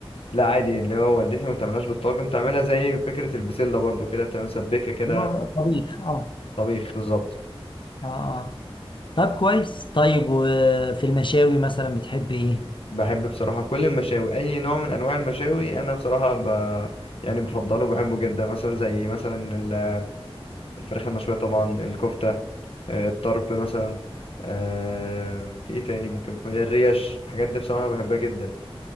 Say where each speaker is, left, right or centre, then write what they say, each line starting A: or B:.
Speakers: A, on the left; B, on the left.
A: لا عادي اللي هو والدتي ما بتعملهاش بالطاجن بتعملها زي فكره البسله برضو كده بتبقى مسبكه كده
B: هو طبيخ آه
A: طبيخ بالظبط
B: آه آه طب كويس طيب وفي المشاوي مثلا بتحب إيه؟
A: بحب بصراحه كل المشاوي اي نوع من انواع المشاوي انا بصراحه ب... يعني بفضله وبحبه جدا مثلا زي مثلا ال- الفراخ المشويه طبعا الكفته آه، الطرب مثلا آه، في ايه تاني ممكن الريش الحاجات دي بصراحة بحبها جدا